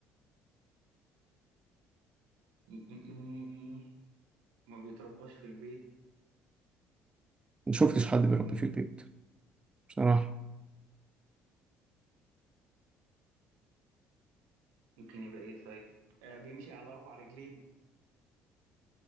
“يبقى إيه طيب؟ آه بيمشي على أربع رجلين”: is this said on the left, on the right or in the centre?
Right